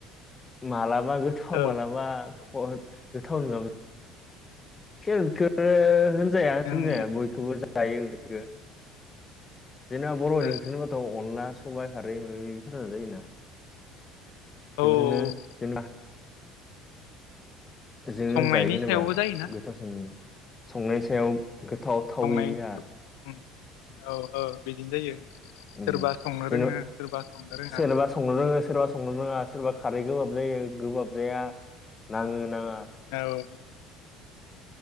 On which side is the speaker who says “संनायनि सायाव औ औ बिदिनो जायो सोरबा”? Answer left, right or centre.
Left